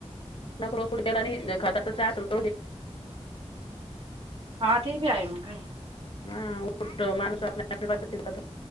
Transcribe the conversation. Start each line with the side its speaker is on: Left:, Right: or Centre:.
Left: नक रोज फठ गला आणि खात चारो
Right: हा ते प आय मग काही
Left: हा उठो माणूस आपल्या आपल्या पद्धतीने करतो